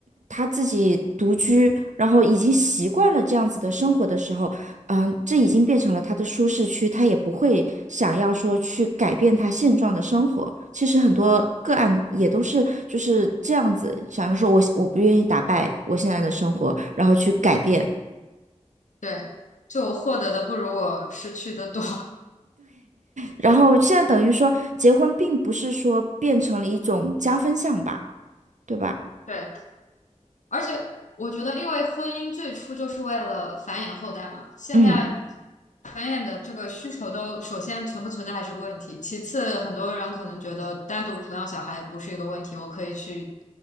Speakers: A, on the right; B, on the left.
A: 他自己独居，然后已经习惯了这样子的生活的时候，嗯、这已经变成了他的舒适区，他也不会想要说去改变他现状的生活。其实很多个案也都是就是这样子，想着说我我不愿意打败我现在的生活，然后去改变。
B: 嗯，对，就我获得的不如我失去的多，
A: 然后现在等于说结婚并不是说变成了一种加分项吧，对吧？
B: <laughs> 对。而且我觉得，因为婚姻最初就是为了繁衍后代嘛，现在
A: 嗯
B: 繁衍的这个需求都首先存不存在还是个问题，其次很多人可能觉得单独抚养小孩不是一个问题，我可以去